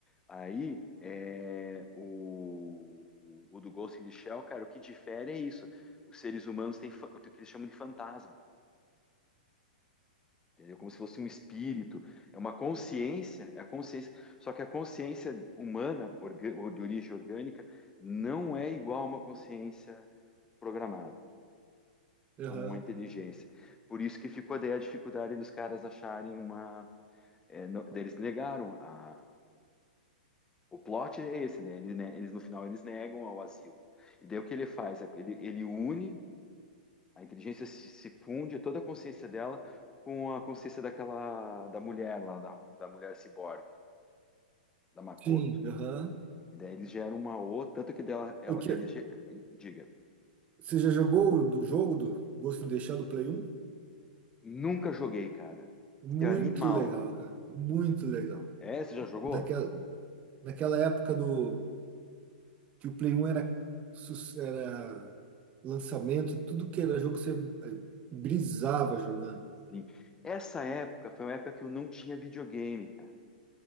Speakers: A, on the left (about 15°); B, on the right (about 30°).
A: Aí é o, o, o do Ghost in the Shell, cara, o que difere é isso. Os seres humanos têm fa- o que eles chamam de fantasma, entendeu? Como se fosse um espírito, é uma consciência, é a consciência. Só que a consciência humana, orga- ou de origem orgânica, não é igual a uma consciência programada.
B: Aham.
A: como uma inteligência. Por isso que ficou daí a dificuldade dos caras acharem uma. é, não- daí eles negaram a. O plot é esse, né? Eles, né? eles no final eles negam ao asilo. E daí o que ele faz? É, Ele, ele une, a inteligência se, se funde, toda a consciência dela com a consciência daquela da mulher lá, da, da mulher ciborgue, da Makoto.
B: Sim, aham.
A: E daí eles geram uma outra, tanto que dela, ela,
B: O que,
A: ele, ge- diga,
B: você já jogou o do jogo do Ghost in the Shell do Play 1?
A: nunca joguei, cara.
B: Muito
A: Que animal.
B: legal, cara. Muito legal.
A: É, você já jogou?
B: Naquela, naquela época do que o Play 1 era, sus- era lançamento, tudo que era jogo você eh, brisava jogando.
A: Sim. Essa época foi uma época que eu não tinha videogame, cara.